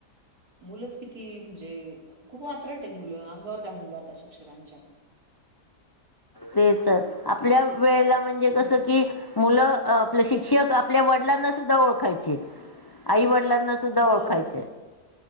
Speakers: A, on the right (about 60°); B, on the left (about 35°).
A: मुलच किती म्हणजे, खूप वात्रट आहे मुल. अंगावर धावून जाता शिक्षकांच्या.
B: ते तर, आपल्या वेळेला म्हणजे
A: हं.
B: कस कि मुल आपले शिक्षक आपल्या वडिलांना सुद्धा ओळखायचे. आई वडिलांना सुद्धा
A: हो
B: ओळखायचे